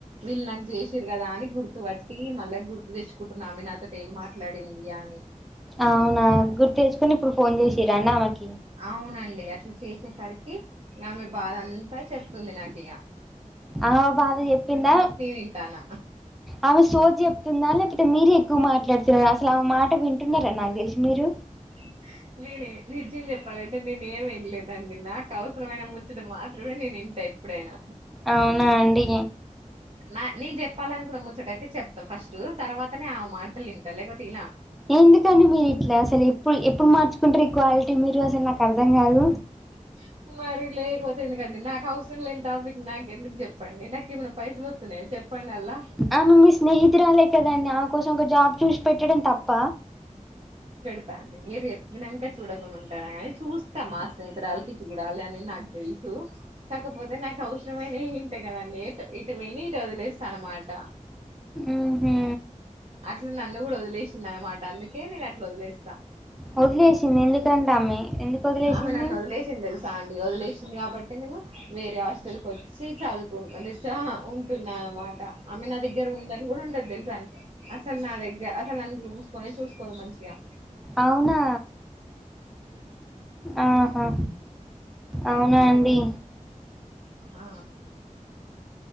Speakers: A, on the right; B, in the centre.
A: వీళ్ళు నాకి చేసిరు కదా అని గుర్తుపట్టి మళ్ళా గుర్తు తెచ్చుకుంటున్న ఆమె నాతోటి ఏం మాట లడింది అని
B: అవునా గుర్తు తెచ్చుకుని ఇప్పుడు ఫోన్ చేసిరండి ఆమెకి
A: అవునండి అట్లా చేసేసరికి ఇగ ఆమె బాధ అంతా చెప్తుంది నాకిగ
B: ఆ బాధ చెప్పిందా
A: వింటాన్న
B: ఆమె సోది చెప్తుందా లేకపోతే మీరే ఎక్కువ మాట్లాడుతున్నారా అసలు ఆమె మా ట వింటున్నారా నాకు తెలిసి మీరు
A: <unintelligible> నేనే నిజ్యం చెప్పాలంటే నేను ఏమి వింలేదండి నాకు అవసరమైన ముచ్చట మాత్రమే నేనింటా ఎప్పుడైనా
B: అవునా అండి
A: నా నేను చెప్పాలనుకున్న ముచ్చోటైతే చెప్తా ఫస్ట్ తర్వాతనే ఆమె మాటలు ఇంటా లేకపోతే ఇనా
B: ఎందుకండి మీరు ఇట్లా అసలు ఎప్పుడు ఎప్పుడు మార్చుకుంటారు ఈ క్వాలి టి మీరు అసలు నాకు అర్థం కాదు
A: <unintelligible> మరి లేకపోతే ఎందుకండి నాకు అవసరం లేని టాపిక్ నాకు ఎందుకు చెప్పండి నాకు ఎమనా పైసలు వత్తున్నాయా చెప్ప ప్పండి అల్లా
B: ఆమె మీ స్నేహితురాలే కదండి ఆమె కోసం ఒక జాబ్ చూసి పెట్టడం తప్ప
A: స్తాండి మీరు చేప్పినాంక చూడకుండా ఉంటారా కాని చూస్తా మా స్నేహితురాలకి చూడాలి అని నాకు తెలు సు కాకపోతే నాకు అవసరమైనయే ఇంట కదండి ఇటువిని ఇటు వదిలేస్తా అనమాట
B: ఉహు
A: అట్లా నన్ను కూడా వదిలేసింది అనమాట అందుకే నేను అట్లా వదిలేస్తా
B: వదిలేసింది ఎందుకంటే ఆమె ఎందుకు వదిలేసింది
A: ఆమె నన్ను వదిలేసింది తెలుసా అండి వదిలే సింది కాబట్టే నేను వేరే హాస్టల్ కి వచ్చి చదువుకు అంటేచా ఉంటున్నా అనమాట ఆమె నా దగ్గర ఉందని కూడా ఉండదు తెలుసా అండి అసలు నా దగ్గర అసలు నన్ను చు చూసుకోనే చూసుకోదు మంచిగా
B: అవునా ఆహా అవునా అండి
A: ఆ